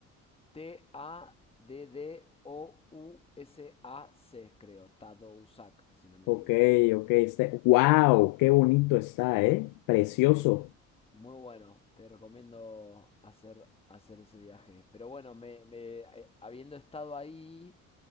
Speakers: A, on the left (about 15°); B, on the left (about 70°).
A: T-A-D-D-O-U-S-A-C, creo. Tadoussac, si no me
B: Ok,
A: equivoco.
B: ok. Este, wow, qué bonito está, ¿eh? Precioso.
A: Sí, muy bueno. Te recomiendo hacer, hacer ese viaje. Pero bueno, me, me- eh, habiendo estado ahí,